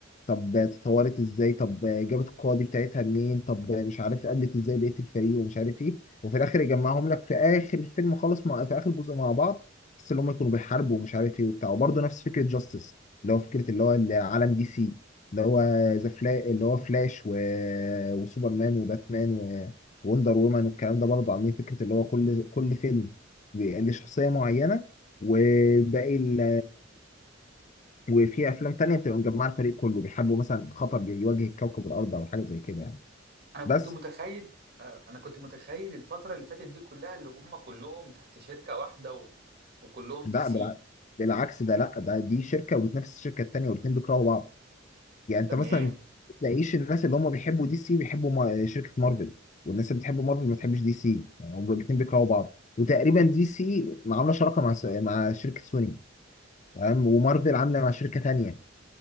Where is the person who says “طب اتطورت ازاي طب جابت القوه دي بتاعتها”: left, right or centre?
Left